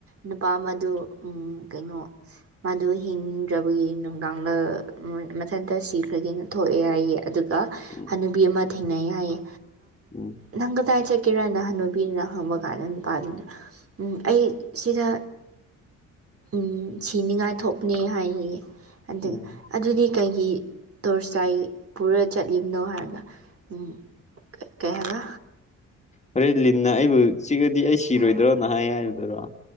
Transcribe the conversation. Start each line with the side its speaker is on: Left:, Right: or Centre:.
Right: ꯅꯨꯄꯥ ꯑꯃꯗꯨ ꯀꯩꯅꯣ ꯃꯥꯗꯨ ꯍꯤꯡꯗ꯭ꯔꯕꯒꯤ ꯅꯨꯡꯗꯥꯡꯗ ꯃꯊꯟꯇ ꯁꯤꯈ꯭ꯔꯒꯦꯅ ꯊꯣꯛꯑꯦ ꯍꯥꯏꯌꯦ ꯑꯗꯨꯒ
Left: ꯎꯝ
Right: ꯍꯅꯨꯕꯤ ꯑꯃ ꯊꯦꯡꯅꯩ ꯌꯥꯏꯌꯦ
Left: ꯎꯝ
Right: ꯅꯪ ꯀꯗꯥꯏ ꯀꯦꯔ ꯅ ꯍꯅꯨꯕꯤꯅ ꯍꯪꯕ ꯀꯥꯟꯗ ꯅꯨꯄꯥꯗꯨꯅ ꯎꯝ ꯑꯩ ꯁꯤꯗ ꯎꯝ ꯁꯤꯅꯤꯉꯥꯏ ꯊꯣꯛꯄꯅꯤ ꯍꯥꯏꯌꯦ ꯑꯗꯨ
Left: ꯎꯝ
Right: ꯑꯗꯨꯗꯤ ꯀꯩꯒꯤ ꯇꯣꯔ ꯆꯥꯏ ꯄꯨꯔ ꯆꯠꯂꯤꯕꯅꯣ ꯍꯥꯏꯔꯒ ꯎꯝ ꯀ ꯀꯩ ꯍꯥꯏꯕ
Left: ꯍꯔꯦ ꯂꯤꯟꯅ ꯑꯩꯕꯨ ꯆꯤꯛꯉꯗꯤ ꯑꯩ ꯁꯤꯔꯣꯏꯗ꯭ꯔꯣꯅ ꯍꯥꯏ ꯍꯥꯏꯕꯗꯨꯔꯣ